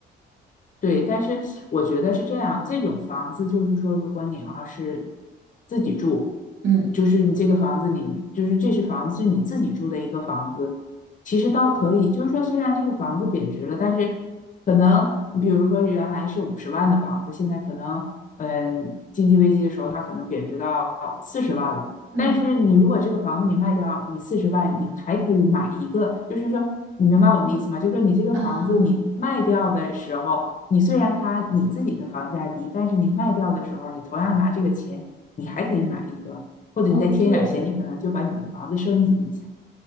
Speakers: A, on the left (about 40°); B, on the right (about 80°).
A: 对，但是我觉得是这样，这种房子就是说，如果你要是自己住，
B: 嗯
A: 就是你这个房子你，就是这是房子是你自己住的一个房子，其实倒可以，就是说虽然这个房子贬值了，但是可能你比如说原来是五十万的房子，现在可能嗯经济危机的时候它可能贬值到四十万了，
B: 嗯
A: 但是你如果这个房子你卖掉，你四十万你还可以买一个，就是说你明白我的意思吗？就是说你这个房子你卖掉的时候。
B: 啊，
A: 你虽然它你自己的房价低，但是你卖掉的时候，你同样拿这个钱，你还可以买一个，或者你再添一点钱，
B: 哦，对，
A: 你可能就把你那个房子升级一下。